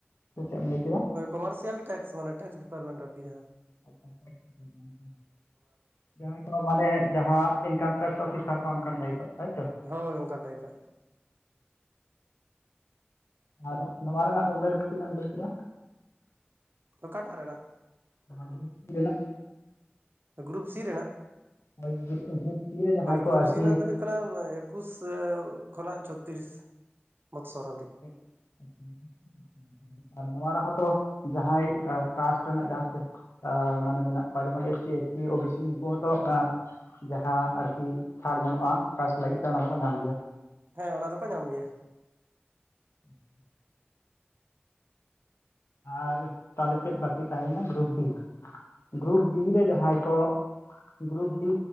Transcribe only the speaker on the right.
ᱠᱚᱢᱚᱨᱥᱤᱭᱟᱞ ᱴᱮᱠᱥ ᱢᱟᱱᱮ ᱴᱮᱠᱥ ᱰᱤᱯᱟᱨ ᱢᱮᱱ ᱟᱨᱠᱤ ᱡᱟᱦᱟᱸ ᱾
ᱦᱳᱭ ᱚᱱᱠᱟᱱ ᱴᱟᱭᱤᱯᱟᱜ ᱾
ᱛᱚ ᱠᱟᱴᱟᱜ ᱨᱮᱱᱟᱜ ᱾
ᱜᱨᱩᱯ ᱥᱤ ᱨᱮᱱᱟᱜ ᱾
ᱜᱨᱩᱯ
ᱥᱤ ᱨᱮᱱᱟᱜ ᱫᱚ ᱦᱩᱭᱩᱜ ᱠᱟᱱᱟ ᱮᱠᱩᱥ ᱥᱮ ᱠᱷᱚᱱᱟᱜ ᱪᱷᱚᱛᱨᱤᱥ ᱵᱚᱛᱥᱚᱨᱵᱤᱡ
ᱦᱮᱸ ᱚᱱᱟ ᱫᱚ ᱠᱚ ᱧᱟᱢ ᱜᱮᱭᱟ,